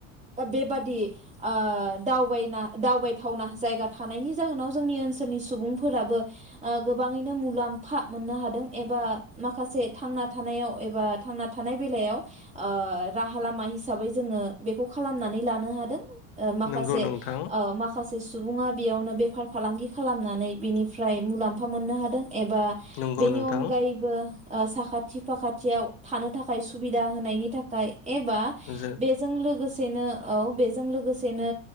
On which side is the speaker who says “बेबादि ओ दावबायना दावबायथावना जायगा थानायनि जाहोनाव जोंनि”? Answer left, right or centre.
Right